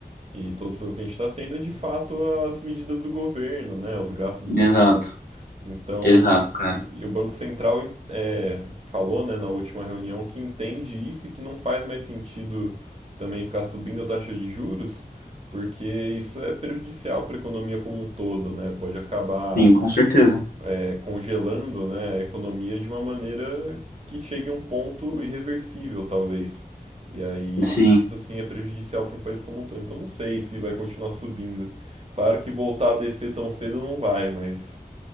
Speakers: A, on the right; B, on the left.
A: e todo o problemas que a gente está tendo é de fato as medidas do governo, né? Os gastos do governo.
B: exato.
A: Então,
B: Exato, cara.
A: e o Banco Central em- é, falou, né, na última reunião que entende isso e que não faz mais sentido também ficar subindo a taxa de juros, porque isso é prejudicial para a economia como um todo, né? Pode acabar
B: Sim, com certeza.
A: é, congelando, né, a economia de uma maneira que chegue a um ponto irreversível, talvez. E aí,
B: Sim,
A: isso sim é prejudicial para o país como um todo. Então, não sei se vai continuar subindo. Claro que voltar a descer tão cedo não vai, mas